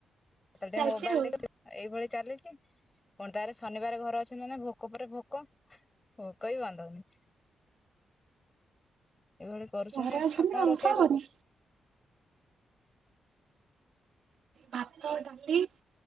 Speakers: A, on the left; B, on the right.
A: କେତେବେଳେ
B: ଚାଲିଛି
A: ଟିକେ ମୋବାଇଲ
B: ଆଉ
A: ଦେଖ <unintelligible> ଏଇଭଳି ଚାଲିଛି ପୁଣି ତାରେ ଶନିବାରେ ଘରେ ଅଛି ମାନେ ଭୋକ ପରେ ଭୋକ। ହ କାଇ ବାନ୍ଧନି ଏଇଭଳି କରୁଛନ୍ତି
B: ଘରେ
A: ଆଉ
B: ଅଛନ୍ତି
A: କଣ ରୋଷେଇ
B: ହବନି।
A: କରୁଛ?
B: ଭାତ ରୁଟି,